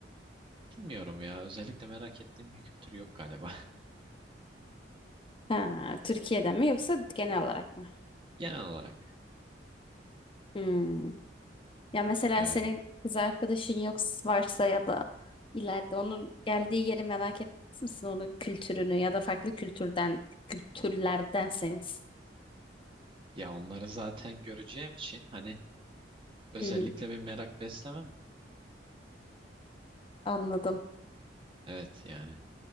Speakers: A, on the right (about 30°); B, on the left (about 30°).
A: Bilmiyorum ya. Özellikle merak ettiğim bir kültür yok galiba. <laughs>
B: Ha, Türkiye'den mi yoksa genel olarak mı?
A: Genel olarak.
B: Hmm. Ya mesela
A: e,
B: senin kız arkadaşın yoksa varsa ya da ileride onun geldiği yeri merak etmez misin? Onun kültürünü ya da farklı kültürden kültürlerdenseniz.
A: ya onları zaten göreceğim için hani özellikle
B: Hmm,
A: bir merak beslemem.
B: anladım.
A: Evet yani.